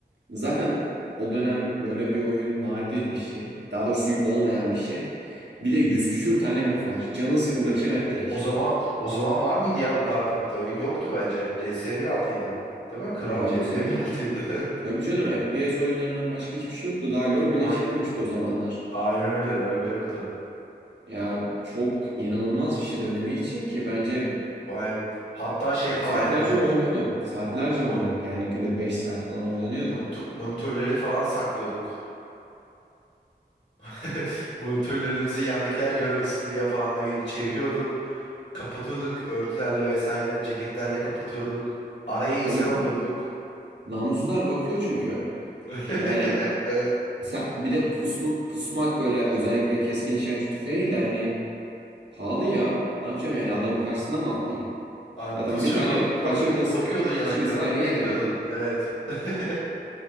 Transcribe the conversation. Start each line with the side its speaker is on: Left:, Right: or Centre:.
Right: zaten o dönem böyle bir oyun nadir bir şey. Daha doğrusu olmayan bir şey. Bir de yüz küsür tane map var. Canın sıkıldıkça
Left: Evet.
Right: map değiş.
Left: O zaman o zaman var mıydı ya bu kadar popüler oyun? Yoktu bence. CS 1.6'ydı. Değil mi? Kral
Right: Ya,
Left: CS
Right: y-
Left: 1.6'ydı.
Right: tabii canım FPS oyunlarından başka hiçbir şey yoktu. Daha
Left: <laughs>
Right: LoL bile
Left: Aynen.
Right: çıkmamıştı o zamanlar.
Left: Aynen öyle. Öyle bile yoktu.
Right: Ya çok inanılmaz bir şey dönemi için ki bence
Left: Vay be. Hatta şey falan
Right: saatlerce
Left: yapıyorduk.
Right: oynuyordum. Saatlerce oynuyorduk.
Left: Mon-
Right: Yani günde 5 saat falan oynanıyordu.
Left: monitö- monitörleri falan saklıyorduk. <laughs> Monitörlerimizi yandakiler görmesin diye falan ne bileyim çeviriyorduk. Kapatıyorduk örtülerle vesaire. Ceketlerle kapatıyorduk. Araya
Right: Tabii
Left: insan alıyorduk.
Right: namussuzlar bakıyor çünkü.
Left: <laughs>
Right: Yani
Left: Evet.
Right: Sen, bir de pus- pusmak böyle özellikle keskin nişancı tüfeğiyle hani pahalı ya. Ne yapacağım yani adamın karşısına mı atlayayım?
Left: Aynen
Right: Zaten
Left: pusuyordun,
Right: bir tane kaçırdı,
Left: bakı- bakıyordun yana
Right: kaçırdıysan
Left: ekrana,
Right: ayva yedin.
Left: bekliyordun. Evet. <laughs>